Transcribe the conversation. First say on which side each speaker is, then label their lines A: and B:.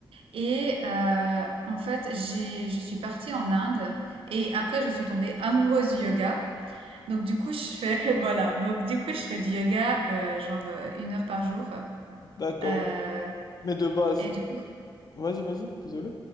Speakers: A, on the right; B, on the left.
A: et euh, en fait j'ai je suis partie en Inde et après je suis tombée amoureuse du yoga. Donc du coup je fais <laughs> voilà donc du coup je fais du yoga euh, genre euh, une heure par jour
B: D'accord,
A: Euh,
B: mais de base,
A: et du coup
B: vas-y, vas-y, désolé.